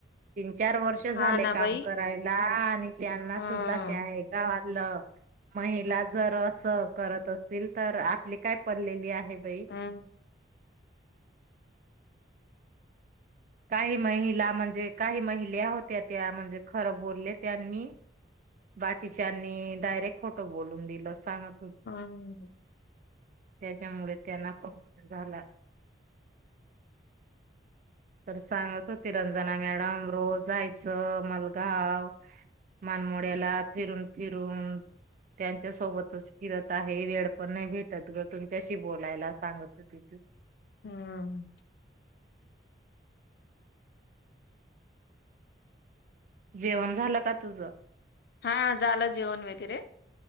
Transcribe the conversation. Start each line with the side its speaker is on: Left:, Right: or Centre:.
Right: चार वर्ष झाले
Left: हा ना
Right: काम
Left: बाई.
Right: करायला. आणि त्यांना
Left: हम्म.
Right: सुद्धा त्या हे गावात ल महिला जर असं करत अ सतील तर आपली काय पललेली आहे? बाई.
Left: हम्म.
Right: काही महिला म्हणजे काही महिल्या होत्या त्या म्हणजे खरं बोलले त्यांनी बाकीच्यांनी डायरेक्ट खोटं बोलून दिलं सांग
Left: हम्म.
Right: त्याच्यामुळे त्यांना <unintelligible> तर सांगत होते, रंजना मॅडम, रोज जायचं मलगाव, मानमोड्याला फिरून-फिरून त्यांच्या सोबतच फिरत आहे, वेळ पण नाही भेटत ग, तुमच्याशी बोलायला सांगत होती.
Left: हम्म.
Right: जेवण झालं का तुझ?
Left: हा झालं जेवण वगैरे.